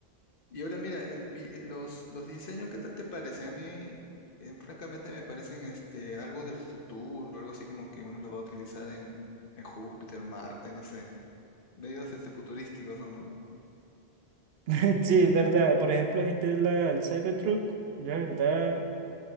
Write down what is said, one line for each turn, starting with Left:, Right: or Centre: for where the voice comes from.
Left: Y ahora mira, el vi- los, los diseños, ¿qué tal te parecen? A mí, eh, francamente, me parecen este, algo del futuro, algo así como que uno los va a utilizar en, en Júpiter, Marte, no sé. Medios este, futurísticos son, ¿no?
Right: <laughs> Sí, es verdad. Por ejemplo, esta es la el Cybertruck. La verdad,